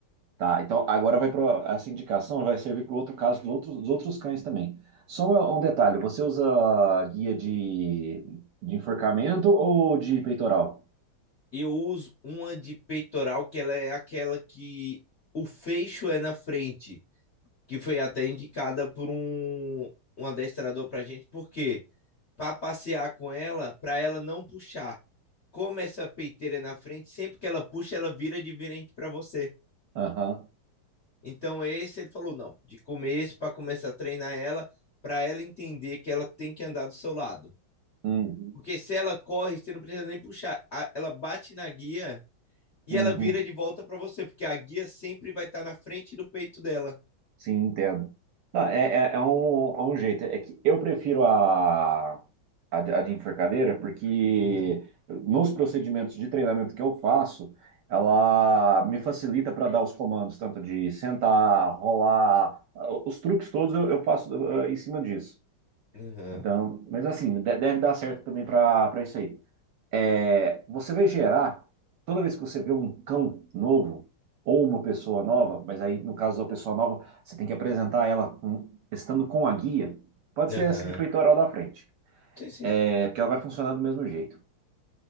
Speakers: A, on the right (about 70°); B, on the left (about 55°).
A: Tá, então agora vai para essa indicação, vai servir para o outro caso dos outros, dos outros cães também. Só uma- um detalhe, você usa guia de, de enforcamento ou de peitoral?
B: Eu uso uma de peitoral que ela é aquela que o fecho é na frente que foi até indicada por um, um adestrador pra gente, porque para passear com ela, para ela não puxar. Como essa peiteira é na frente, sempre que ela puxa, ela vira de virente para você.
A: Aham.
B: Então esse ele falou não, de começo para começar a treinar ela, para ela entender que ela tem que andar do seu lado.
A: Uhum.
B: Porque se ela corre, você não precisa nem puxar, ela bate na guia e
A: Uhum.
B: ela vira de volta para você, porque a guia sempre vai estar na frente do peito dela.
A: Sim, entendo. Não, é, é, é um, é um jeito. É que eu prefiro a, a, de a de enforcadeira, porque
B: Aham,
A: nos procedimentos de treinamento que eu faço, ela me facilita para dar os comandos, tanto de sentar, rolar, os truques todos eu, eu faço eh, em cima disso.
B: aham,
A: Então, mas assim, de- deve dar certo também para para isso aí. É, você vai gerar, toda vez que você vê um cão novo ou uma pessoa nova, mas aí no caso da pessoa nova, você tem que apresentar ela com- estando com a guia. Pode ser
B: aham.
A: essa de peitoral da frente,
B: Sim, sim.
A: é, porque ela vai funcionar do mesmo jeito.